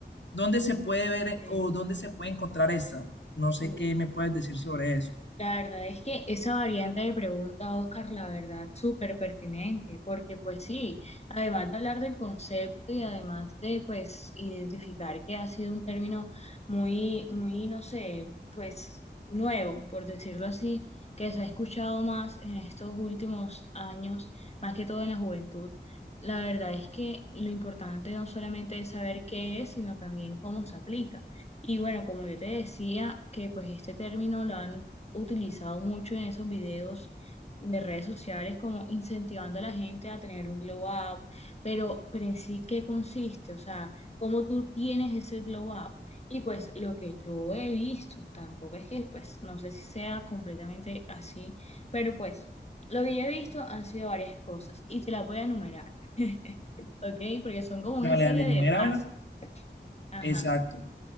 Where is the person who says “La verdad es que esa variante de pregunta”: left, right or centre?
Left